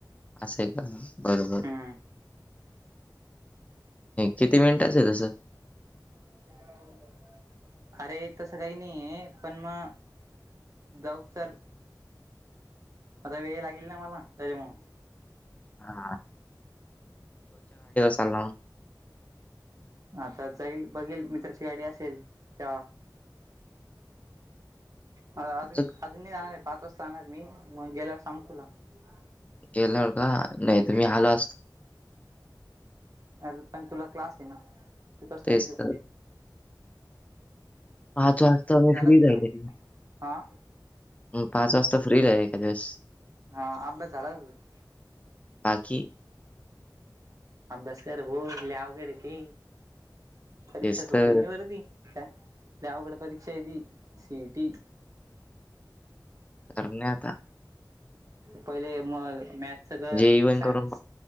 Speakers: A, on the left; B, on the right.
A: असं आहे का बरोबर
B: हम्म
A: किती मिनिटच आहे तसं
B: हो अरे तसं काही नाही आहे पण मग जाऊसर आता वेळ लागेल ना मला त्याच्यामु
A: हा. चला
B: हाता जाईल बघेल मित्राची गाडी असेल त्या अजून
A: तू
B: अजून जाणार आहे पाच वाजता जाणार मी मग गेल्यावर सांग तुला ह
A: गेल्यावर का नाही तु मी आलो असतो
B: अरे पण तुला क्लास आहे ना तू कस काही
A: तेच
B: शकते
A: तर पाच वाजता फ्री
B: का
A: राले
B: तुझा हा
A: म पाच वाजता फ्री र एका दिवस
B: हा अभ्यास झालाच त
A: बाकी
B: अंब्यासकर भा लवगडे ते परीक्षा
A: तेच
B: सोपी
A: तर
B: नाही वरती का दवकड परीक्षा ह सिटी
A: करणे आता
B: पहिले म मॅथच घर
A: जेवण
B: सायन्स
A: करून